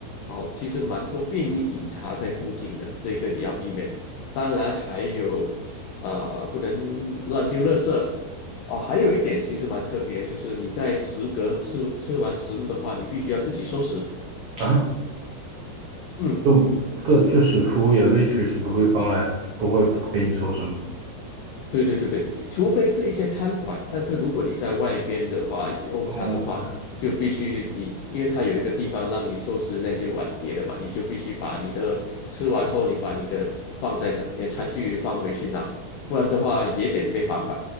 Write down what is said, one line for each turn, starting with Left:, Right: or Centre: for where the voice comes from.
Left: 好，其实蛮多便衣警察在附近的，这个你要避免。当然还有，啊，不能乱丢垃圾。哦，还有一点其实蛮特别，就是你在食阁吃吃完食物的话，你必须要自己收拾。
Right: 啊。
Left: 嗯，
Right: 就对，就是服务员 waitress 不会帮来，不会给你收拾吗
Left: 对对对对，除非是一些餐馆，但是如果你在外边的话用餐的话，
Right: ？OK
Left: 就必须你，因为它有一个地方让你收拾那些碗碟的嘛，你就必须把你的吃完后，你把你的放在那，你的餐具放回去拿，不然的话也得被罚款。